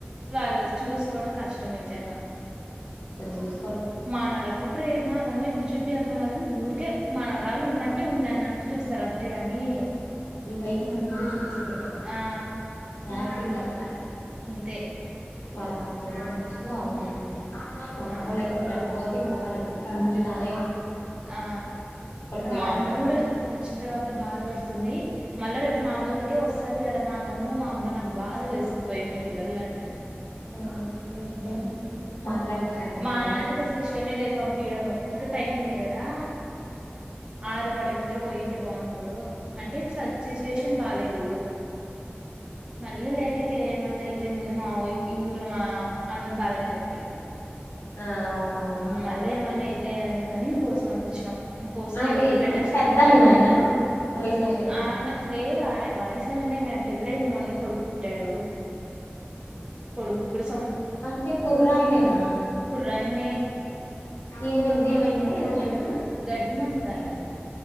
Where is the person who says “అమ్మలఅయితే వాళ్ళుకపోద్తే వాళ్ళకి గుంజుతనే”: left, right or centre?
Left